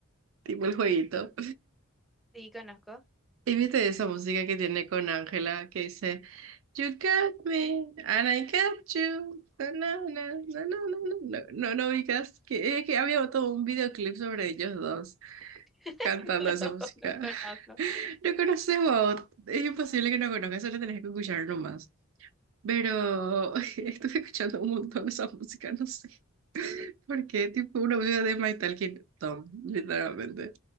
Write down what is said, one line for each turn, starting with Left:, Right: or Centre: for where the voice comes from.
Right: tipo el jueguito.
Centre: Sí, conozco.
Right: Y viste esa música que tiene con Ángela que dice You got me and I got you. No, no, no, no, no, no, no, no, no, ubicas que, eh, que había todo un videoclip sobre ellos dos.
Centre: <laughs>
Right: cantando
Centre: No,
Right: esa música.
Centre: no conozco.
Right: <laughs> No conoces vos, es imposible que no conozcas, solo tenés que escuchar nomás. Pero <laughs> estuve escuchando un montón esa música, no sé. <laughs> Porque tipo una música de My Talking Tom, literalmente.